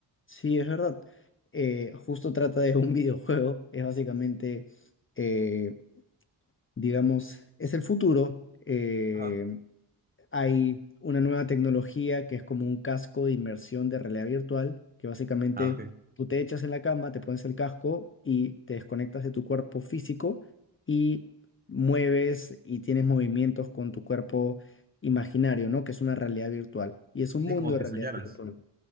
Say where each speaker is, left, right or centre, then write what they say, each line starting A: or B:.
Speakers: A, on the left; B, on the right.
A: Sí, es verdad. Eh, justo trata de un <laughs> videojuego. Es básicamente eh, digamos, es el futuro. eh,
B: Ajá.
A: hay una nueva tecnología que es como un casco de inmersión de realidad virtual, que básicamente
B: Ah, ok.
A: tú te echas en la cama, te pones el casco y te desconectas de tu cuerpo físico y mueves y tienes movimientos con tu cuerpo imaginario, ¿no? Que es una realidad virtual. Y es un mundo
B: Sí, como
A: de
B: si
A: realidad
B: soñaras.
A: virtual.